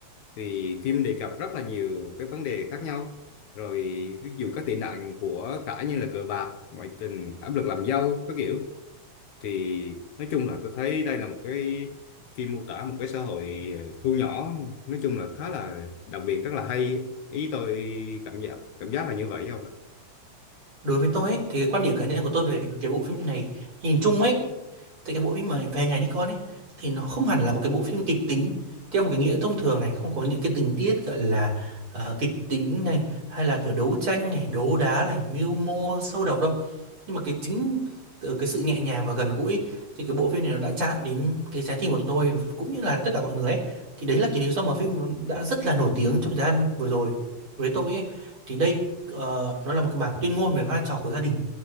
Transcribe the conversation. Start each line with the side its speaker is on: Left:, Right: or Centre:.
Left: thì phim đề cập rất là nhiều cái vấn đề khác nhau rồi ví dụ các tệ nạn của cả như là cờ bạc ngoại tình áp lực làm dâu các kiểu thì nói chung là tôi thấy đây là một cái phim mô tả một cái xã hội ờ, thu nhỏ nói chung là khá là đặc biệt rất là hay ý tôi cảm giác cảm giác là như vậy không ạ
Right: đối với tôi ấy, thì cái quan điểm cá nhân của tôi về cái bộ phim này nhìn chung ấy Thì cái bộ phim mà Về nhà đi con ấy thì nó không hẳn là một cái bộ phim kịch tính theo một cái nghĩa thông thường này, không có những cái tình tiết gọi là ờ, kịch tính này hay là kiểu đấu tranh này, đấu đá này, mưu mô sâu độc đâu. Nhưng mà cái chính từ cái sự nhẹ nhàng và gần gũi thì cái bộ phim này nó đã chạm đến cái trái tim của tôi cũng như là tất cả mọi người ấy. Thì đấy là cái lý do mà phim nó đã rất là nổi tiếng trong thời gian vừa rồi với tôi ấy. Thì đây ờ, nó là một cái bản tuyên ngôn về vai trò của gia đình